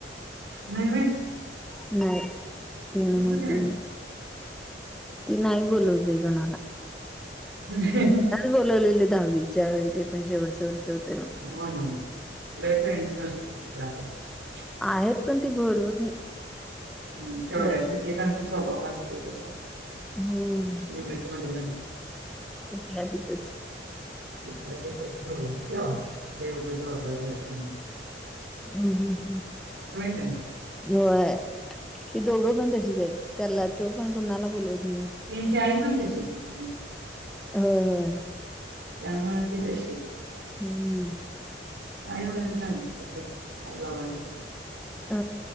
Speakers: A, on the right; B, in the centre.
A: नाही <unintelligible>
B: नाही ती नव्हती
A: कसं काय
B: ती नाही बोलवली कोणाला,
A: ह् <unintelligible>
B: बोलवलेल. दहावीच्या वेळी ते पण शेवटच वर्ष होत.
A: हो अग लई <unintelligible>
B: आहेत पण ती बोलवत नाही.
A: हम् तेवढ्याच
B: घरी
A: एकेकांचा स्वभाव असतोय तसा.
B: हम्म
A: मट मध्ये <unintelligible>
B: तिथंल्या तिथंच
A: तिथल्या तिथं ठेवल ठेवा मग दर्शन <unintelligible>
B: हम्म हम्म
A: माहिती आहे ना.
B: हम् व्हय ती दोघं पण तशीच आहेत, त्याला तो पण कोणाला बोलवत नाही.
A: तेंची आई पण तशीच असत्या.
B: होय होय.
A: त्यामुळे ते तशी
B: हम्म
A: आई वरच जाणार पोर आई बाबांनी
B: अ